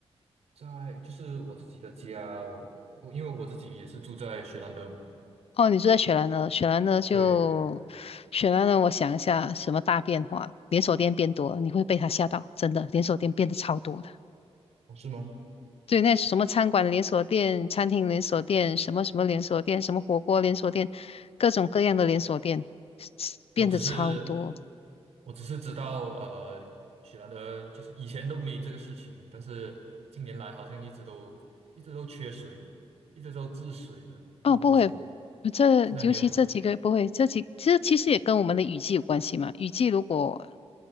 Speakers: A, on the right; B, on the left.
A: 在就是我自己的家，我我因为我自己也是住在雪兰莪嘛，
B: 哦，你住在雪兰呢？雪兰呢？就雪兰呢？
A: 对对，
B: 我想一下，什么大变化？连锁店变多了你会被它吓到，真的，连锁店变得超多的。
A: 哦是吗？
B: 对，那什么餐馆连锁店、餐厅连锁店、什么什么连锁店、什么火锅连锁店，各种各样的连锁店
A: 我只是
B: 变得超多。
A: 我只是知道呃，雪兰莪就是以前都没这个事情，但是近年来好像一直都一直都缺水，一直都治水的，
B: 哦，
A: 不懂为什么
B: 不会，这尤其这几个不会，
A: 现在没有了。
B: 这几这其实也跟我们的雨季有关系嘛。雨季如果